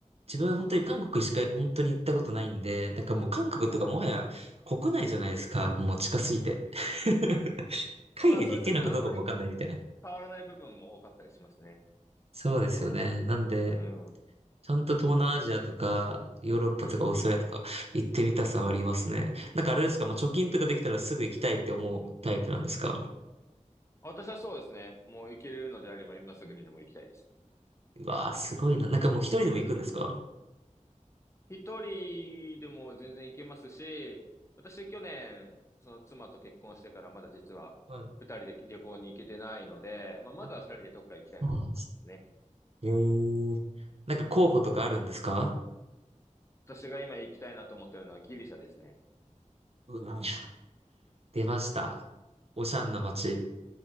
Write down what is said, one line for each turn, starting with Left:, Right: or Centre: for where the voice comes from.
Right: 自分は本当に韓国しか本当に行ったことないんで、なんかもう韓国とかもはや国内じゃないですか。
Left: は
Right: もう近すぎて。<laughs> 海外で行っていいのかどうかもわかんないみたいな。
Left: い。まあそうですね、あんまり変わらない部分も多かったりしますね。
Right: そうですよね。
Left: 日本とは。
Right: なんで、
Left: うん。
Right: ちゃんと東南アジアとか、ヨーロッパとかオーストラリアとか行ってみたさはありますね。
Left: うん。
Right: なんかあれですか、もう貯金とかできたらすぐ行きたいって思うタイプなんですか
Left: 私はそうですね。もう行けるのであれば今すぐにでも行きたいです。
Right: うわー、すごいな。なんかもう一人でも行くんですか
Left: 一人でも全然行けますし、私去年、その妻と結婚してからまだ実は二人で旅行に行けてないので、
Right: はい
Left: まあ、まずは二人でどっか行きたいなと思いますね。
Right: あ、そうなんです。えー、なんか候補とかあるんですか
Left: 私が今行きたいなと思ってるのはギリシャですね。
Right: うわ、<laughs> 出ました。おしゃんな街。